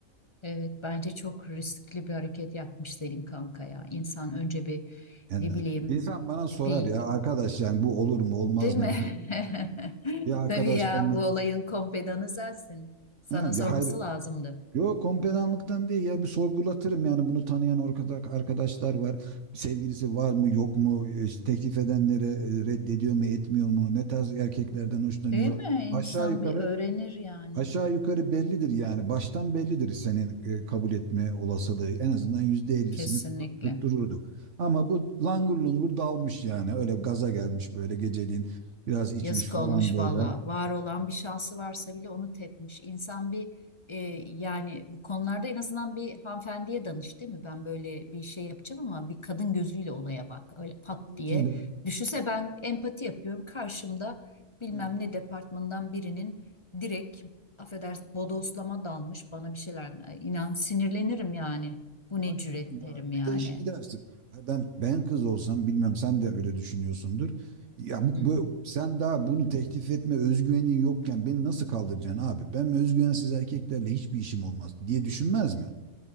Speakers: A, on the left; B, on the right.
A: Evet bence çok riskli bir hareket yapmış senin kanka ya. İnsan önce bir
B: Yani
A: ne bileyim
B: insan bana sorar
A: bir
B: ya arkadaş yani bu olur mu olmaz
A: Değil
B: mı?
A: mi?
B: Bir,
A: <laughs>
B: bir arkadaşlarını
A: Tabii ya bu olayın kompedanı sensin. Sana
B: ha, ya
A: sorması
B: hayır
A: lazımdı.
B: yok kompedanlıktan değil ya bir sorgulatırım yani bunu tanıyan ortada arkadaşlar var. Sevgilisi var mı yok mu? E, işte teklif edenlere e, reddediyor mu etmiyor mu? Ne tarz erkeklerden hoşlanıyor?
A: Değil mi? İnsan
B: Aşağı yukarı
A: bir öğrenir yani.
B: Aşağı yukarı bellidir yani baştan bellidir senin e, kabul etme olasılığı en azından yüzde ellisini
A: Kesinlikle.
B: tut- tuttururduk. Ama bu langur lungur dalmış yani öyle gaza gelmiş böyle geceliğin biraz içmiş
A: Yazık
B: falan
A: olmuş
B: böyle.
A: valla. Var olan bir şansı varsa bile onu tepmiş. İnsan bir e, yani bu konularda en azından bir hanımefendiye danış değil mi? Ben böyle bir şey yapacağım ama bir kadın gözüyle olaya bak. Öyle pat diye.
B: Gözüyle,
A: Düşünse ben empati yapıyorum. Karşımda bilmem
B: yani,
A: ne departmandan birinin direkt affedersin bodoslama dalmış bana bir şeyler. Ay, İnan sinirlenirim yani. Bu ne
B: abi
A: cüret
B: canım
A: derim
B: ya
A: yani.
B: bir de şey dersin "Ay ben ben kız olsam bilmem sen de öyle düşünüyorsundur. Ya bu,
A: Hmm,
B: bu- sen daha bunu teklif etme özgüvenin yokken beni nasıl kaldıracaksın abi? Ben özgüvensiz erkeklerle hiçbir işim olmaz diye düşünmez mi?